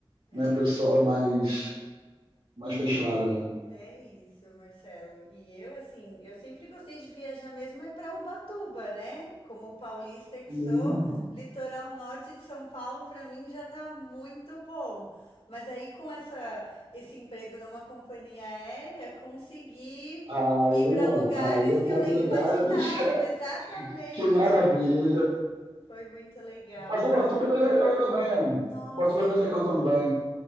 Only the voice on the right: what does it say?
né? O pessoal
é mais, mais fechado, né?
Hum.
Aí,
não,
aí oportunidades,
<laughs> que maravilha.
Mas
o Batuba é bem legal também, né?
O Batuba é
bem
legal também.